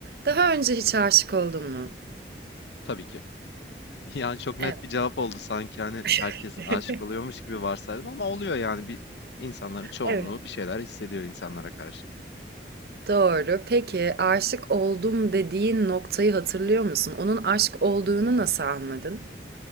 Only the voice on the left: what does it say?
Tabii ki. <laughs> Yani çok net
bir cevap oldu sanki hani
herkes aşık oluyormuş gibi varsaydım ama oluyor yani bir insanların çoğunluğu
bir şeyler hissediyor insanlara karşı.